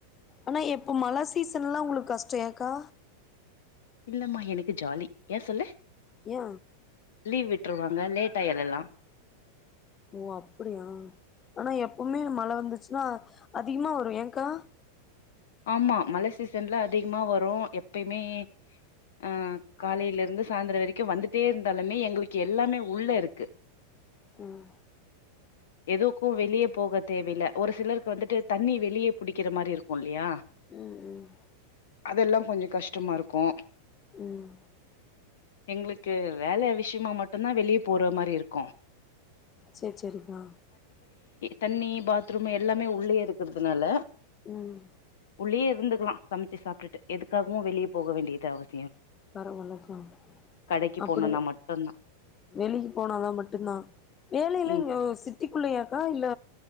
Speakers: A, on the left; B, on the left.
A: ஆனா எப்ப மழை சீசன் எல்லாம் உங்களுக்கு கஷ்டம் ஏக்கா
B: இல்லம்மா எனக்கு ஜாலி ஏன் சொல்லு
A: ய
B: லீவ் விட்டுருவாங்க லேட் ஆயல்லல்லாம்
A: ஓ அப்படியா ஆனா எப்பவுமே மழை வந்துச்சுன்னா அதிகமா வரும் ஏக்கா
B: ஆமா மழை சீசன்ல அதிகமா வரும் எப்பயுமே அஹ் காலையில இருந்து சாய்ந்திரம் வரைக்கும் வந்துட்டே இருந்தாலுமே எங்களுக்கு எல்லாமே உள்ள இருக்கு
A: உம்
B: எதுக்கும் வெளியே போக தேவை இல்ல ஒரு சிலருக்கு வந்துட்டு தண்ணி வெளியே புடிக்கிற மாதிரி இருக்கும் இல்லையா
A: ம் ம்
B: அதெல்லாம் கொஞ்சம் கஷ்டமா இருக்கும் கும்
A: உம்
B: எங்களுக்கு வேலை விசியமா மட்டும்தான் வெளியே போற மாதிரி இருக்கும்
A: சரி சரிக்கா
B: தண்ணி பாத்ரூம் எல்லாமே உள்ளேயே இருக்கிறதுனால
A: ம்
B: உள்ளயே இருந்துக்கலா சமைச்சு சாப்பிட்டு எதுக்காகவு வெளியே போக வேண்டியது அவஸ்
A: பரவால்லக்கா
B: கடைக்கு
A: அப்டு
B: போணுன்னா மட்டுந்தா
A: வெளிய போனாதா மட்டுதா வேலைல்லீங்கோ
B: ம்
A: சிட்டிக்குள்ளயா கா இல்ல